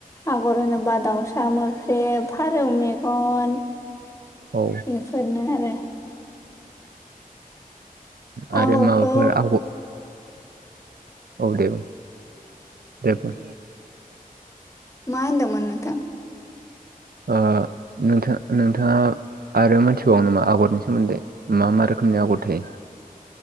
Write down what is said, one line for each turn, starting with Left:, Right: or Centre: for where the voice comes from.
Left: आगर होनोबा दाउसा मोख्रेब फारौ मेगन
Right: औ
Left: इफोरनो आरो
Right: आरो
Left: आगरखौ
Right: माबाफोर आगर औ दे बुं दे बुं
Left: मा होनदोंमोन नोंथां
Right: ओ नोंथां नोंथाङा आरो मोनथिबाव नामा आगरनि सोमोन्दै मा मा रोखोमनि आगर थायो!